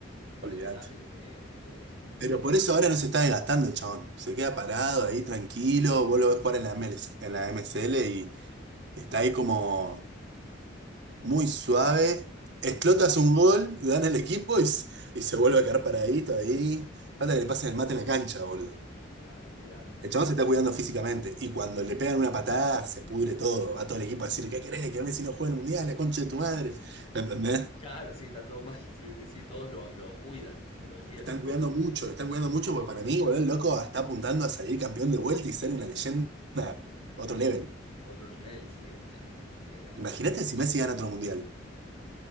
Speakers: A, on the left; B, on the right.
A: con
B: olvídate.
A: el desgaste que tenés y todo eso.
B: Pero por eso ahora no se está desgastando el chabón. Se queda parado ahí tranquilo. Vos lo ves jugar en la ML en la MSL y, y está ahí como muy suave. Explotas un gol, gana el equipo y, s- y se vuelve a quedar paradito ahí. Falta
A: Claro,
B: que le pasen el mate en la cancha, boludo.
A: claro, olvídate.
B: El chabón se está cuidando físicamente. Y cuando le pegan una patada, se pudre todo. Va todo el equipo a decir, ¿qué querés? ¿Querés si no juega el mundial? La concha de tu madre. ¿Me entendés?
A: Claro, sí, está todo mal. Sí, sí, sí, todos lo, lo cuidan y lo defienden.
B: Lo están cuidando mucho, lo están cuidando mucho porque para mí, boludo, el loco está apuntando a salir campeón de vuelta y ser una leyenda a otro level.
A: Otro nivel, sí, olvídate. Qué grande.
B: Imagínate si Messi gana otro mundial.